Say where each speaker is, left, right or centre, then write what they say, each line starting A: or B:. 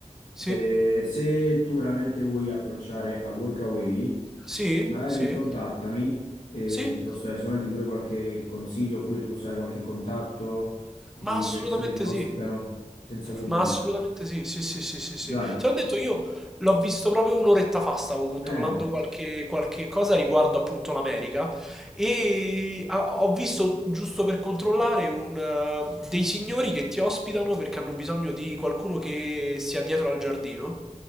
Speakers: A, in the centre; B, on the left (about 80°).
A: Sì?
B: eh, se tu veramente vuoi approcciare a Workaway,
A: Sì?
B: magari
A: Sì?
B: contattami e
A: Sì?
B: ti posso dare sicuramente pure qualche consiglio oppure ti posso dare qualche contatto di
A: Ma assolutamente
B: persone che ospitano
A: sì.
B: senza problemi.
A: Ma assolutamente sì, sì, sì, sì, sì, sì.
B: Dai.
A: Te l'ho detto, io l'ho visto proprio un'oretta fa, stavo controllando
B: Eh,
A: qualche, qualche cosa riguardo appunto l'America e ha- ho visto, giusto per controllare, un, eh, dei signori che ti ospitano perché hanno bisogno di qualcuno che sia dietro al giardino.